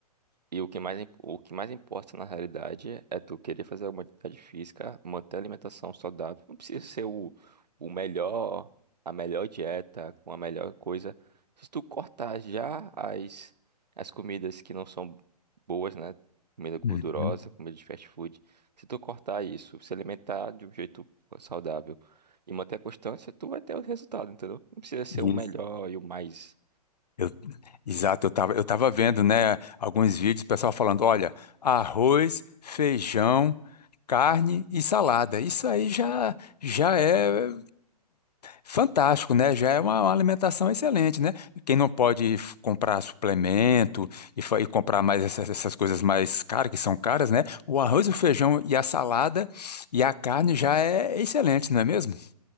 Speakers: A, on the right; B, on the left.
A: E o que mais, im- o que mais importa na realidade é tu querer fazer alguma atividade física, manter a alimentação saudável. Não precisa ser o, o melhor, a melhor dieta, com a melhor coisa. Se tu cortar já as, as comidas que não são boas, né? Comida gordurosa,
B: Uhum.
A: comida de fast food. Se tu cortar isso, se alimentar de um jeito saudável e manter a constância, tu vai ter o resultado, entendeu? Não precisa ser
B: E-
A: o melhor e o mais.
B: Eu- exato, eu tava, eu tava vendo, né, alguns vídeos, o pessoal falando, olha, arroz, feijão, carne e salada. Isso aí já, já é fantástico, né? Já é uma, uma alimentação excelente, né? Quem não pode f- comprar suplemento e, fa- e comprar mais essas, essas coisas mais caras, que são caras, né? O arroz, o feijão e a salada e a carne já é excelente, não é mesmo?